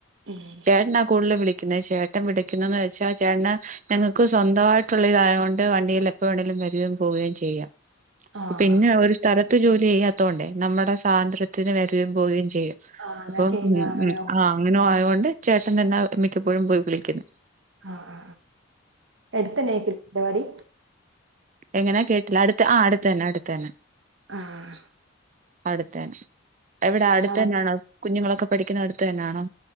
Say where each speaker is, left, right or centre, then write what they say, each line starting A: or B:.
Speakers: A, on the right; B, on the right.
A: ഉം
B: ചേട്ടനാ കൂടുതൽ വിളിക്കുന്നത് ചേട്ട പിടി ക്കുനേച്ചാൽ വെച്ചാൽ ചേട്ടന ഞങ്ങൾക്ക് ട്ടൻ സ്വന്തമായിട്ടുള്ള ഇതായത കൊണ്ട് വണ്ടിയിൽ എപ്പോ വേണെങ്കിലും വരികയും പോ വുകയും ചെയ്യാം
A: ആഹ്
B: പിന്നെ ഒരു സ്ഥലത്ത് ജോലി ചെയ്യാത്തോണ്ടേ നമ്മുടെ സ്വാതന്ത്ര്യത്തിന് വരകയും പോകയും ചെയ
A: ആഹ് അങ്ങനെ
B: അപ്പൊ
A: ചെയ്യുന്ന അങ്ങനാവും
B: ഉ ആ അങ്ങനെ ആയത് കൊണ്ട് ചേട്ടൻ തന്നെ മിക്കപ്പോഴും പോയി വിളിക്കുന്നെ
A: ആഹ ആ എടുത്തനക്കുലെ വാടി
B: എങ്ങനാ കേട്ടില്ല അടുത്ത് ആ അടുതന്നെ അടുത്തതന്നെ
A: ആഹ
B: അടുത്ത തന്നെ എവിടെ അടുത്ത
A: മാത്രം
B: തന്നെയാണോ കുഞ്ഞുങ്ങളൊക്കെ പഠിക്കുന്ന അടുത്ത് തന്നെയാണോ